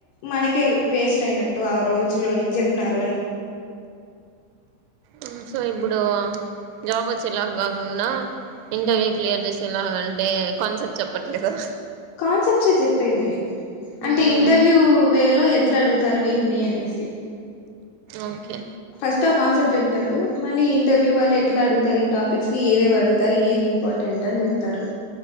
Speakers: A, on the left; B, on the right.
A: మనకే వేస్ట్ అయినట్టు ఆ రోజులో ఏం చెప్పినారు అని
B: అ సో ఇప్పుడు జాబ్ వచ్చేలా కాకుండా ఇంటర్వ్యూ క్లియర్ చేస్త <unintelligible> ఎలా అంటే కాన్సెప్ట్ చెప్పట్లేదుా
A: కాన్సెప్ట్స్ే చెప్పేది అంటే
B: ఉమ్
A: ఇంటర్వ్యూ వే లో ఎట్లా అడుగుతారు వీటిని అనేసి
B: ఓకే
A: ఫస్ట్ ఆ కాన్సెప్ట్ చెప్తాడు మళ్ళీ ఇంటర్వ్యూ వాళ్ళు ఎట్లా అడుగుతారు ఈ టాపిక్స్ ని ఏవేవి అడుగుతారు ఏవి ఇంపార్టెంట్ అని చెప్తారు